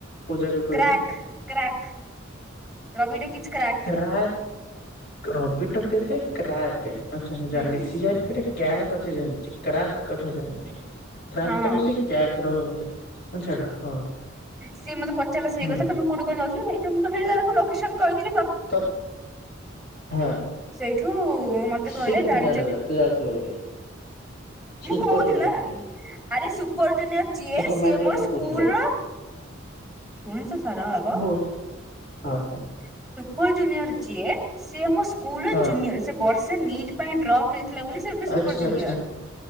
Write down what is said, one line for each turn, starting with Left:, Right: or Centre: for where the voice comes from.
Left: ପୂଜା କୁ କହିଲି।
Centre: Crack crack Ravi talkies crack.
Left: Crack, Ravi ଟକେଇଥା କ୍ରାକ୍, ଆଛା ମୁ ଜାଣିନି
Centre: ହୁଁ
Left: ସି ଆର ପି ରେ କ୍ୟାକ୍ ଅଛି ଜାଣିଛି, କ୍ରାକ୍ କଥା ଜାଣିନି, କ୍ରାକ୍
Centre: ହଁ
Left: ଟା ବି ସେ କ୍ରାକ୍ ରହ ତ ଛାଡ ହଁ।
Centre: ସିଏ ମତେ ପଚାରିଲା ସେଇ
Left: ହୁଁ
Centre: କଥା, ତମ କଉଠି କଣ ଯାଉଥିଲ? <unintelligible> ମୁଁ ଯାକୁ ଲୋକସନ କରିଦେଲି
Left: ତତ ହଁ।
Centre: ସେଇଠୁ ମତେ
Left: ସେ
Centre: କହିଲେ
Left: କେମିତି
Centre: ଜାଣିଛ
Left: ଜାଣିଲା ତୁ ଯାଉଥିଲୁ ବୋଲି, ସୁପର
Centre: ମୁଁ କହୁଥିଲା
Left: ଜୁନିୟର ପୁଣି।
Centre: ଆରେ ସୁପରଜୁନିୟର ଯିଏ,
Left: ତୁ କଣ
Centre: ସିଏ
Left: ମାଇକ୍ ଲଗେଇକି
Centre: ମୋର ସ୍କୁଲ
Left: କହୁଥିଲୁ
Centre: ର <unintelligible>
Left: ବୋସ୍ ହଁ ହଁ।
Centre: ସୁପର ଜୁନିୟର ଯିଏ, ସିଏ ମୋ ସ୍କୁଲ
Left: ହଁ
Centre: ଜୁନିୟର ସେ ବର୍ଷେ ନିଟ୍ ପାଇଁ ଡ୍ରପ୍ ନେଇଥିଲା ବୋଲି ସେ ଏବେ ସୁପର
Left: ଆଛା
Centre: ଜୁନିୟର।
Left: ଆଛା